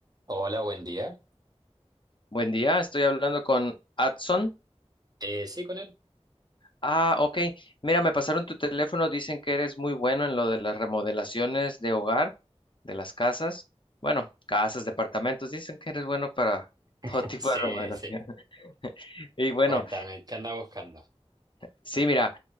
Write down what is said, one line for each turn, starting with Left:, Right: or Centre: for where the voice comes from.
Right: Hola, buen día.
Left: Buen día, estoy hablando con Adson.
Right: Eh, sí, con él.
Left: Ah, ok. Mira, me pasaron tu teléfono, dicen que eres muy bueno en lo de las remodelaciones de hogar, de las casas. Bueno, casas, departamentos, dicen que eres bueno para <laughs>
Right: <laughs>
Left: todo tipo
Right: Sí,
Left: de remodelación.
Right: sí.
Left: <laughs> Y bueno,
Right: Cuéntame, ¿qué anda buscando?
Left: sí, mira,